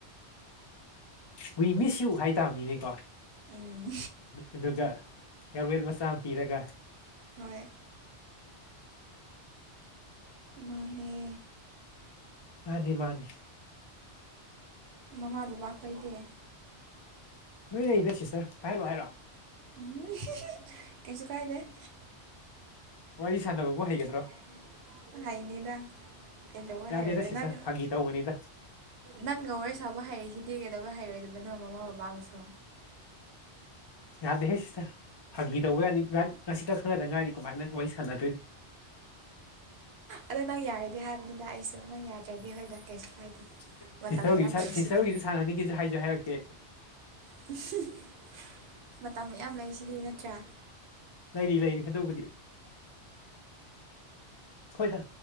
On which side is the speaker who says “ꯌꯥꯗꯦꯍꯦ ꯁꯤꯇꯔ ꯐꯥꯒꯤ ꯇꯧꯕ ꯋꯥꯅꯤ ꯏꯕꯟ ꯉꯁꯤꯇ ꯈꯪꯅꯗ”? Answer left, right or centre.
Left